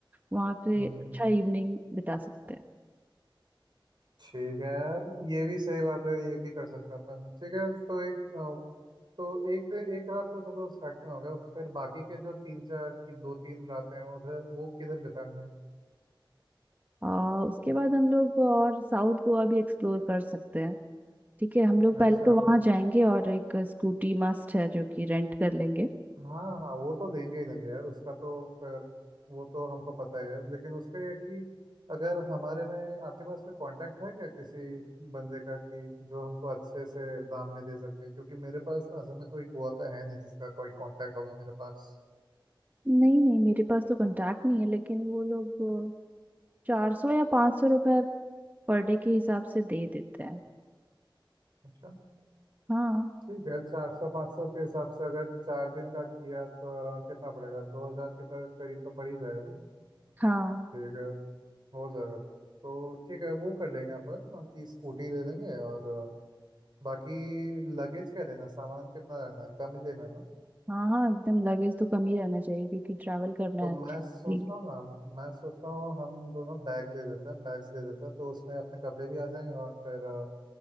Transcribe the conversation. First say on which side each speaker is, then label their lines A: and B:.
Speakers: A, on the right; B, on the right.
A: वहाँ पे
B: हम्म
A: अच्छा
B: हम्म,
A: इवनिंग बिता सकते हैं
B: ठीक है यार ये भी सही बात है ये भी कर सकते हैं अपन ठीक है तो एक अ, तो एक दिन एक रात तो चलो साथ में हो गया फिर बाकी के जो तीन चार की दो तीन रातें हैं उधर वो किधर बितानी है
A: और उसके बाद हम लोग और साउथ गोवा भी एक्सप्लोर कर सकते हैं ठीक है हम लोग पहले
B: अच्छा
A: तो वहाँ जाएंगे और एक स्कूटी मस्ट है जो कि रेंट कर लेंगे
B: हाँ हाँ वो तो देंगे ही देंगे यार उसका तो फिर वो तो हमको पता ही है लेकिन उसका ये है कि अगर हमारे में आपके पास कोई कांटेक्ट है क्या किसी बंदे का कि जो हमको अच्छे से दाम में दे सके क्योंकि मेरे पास ना असल में कोई गोवा का है नहीं जिसका कोई कांटेक्ट होगा मेरे पास
A: नहीं नहीं मेरे पास तो कांटेक्ट नहीं है लेकिन वो लोग चार सौ या पाँच सौ रुपये पर डे के हिसाब से दे देते हैं
B: अच्छा
A: हाँ
B: ठीक है चार सौ पाँच सौ के हिसाब से अगर चार दिन का किया तो अराउंड कितना पड़ेगा दो हजार के तर- करीब तो पड़ ही जाएगा नहीं
A: हाँ
B: ठीक है हो जाएगा तो ठीक है वो कर लेंगे अपन कि स्कूटी ले लेंगे और बाकी लगेज का रहना सामान कितना रहना है कम ही लेना है ना
A: हाँ हाँ एकदम लगेज तो कम ही रहना चाहिए क्योंकि ट्रैवल करना
B: तो
A: है
B: मैं
A: अच्छा
B: सोच
A: फ्रीली
B: रहा हूँ ना मैं सोच रहा हूँ हम दोनों बैग ले लेते हैं बैग्स ले लेते हैं तो उसमें अपने कपड़े भी आ जाएंगे और फिर अ,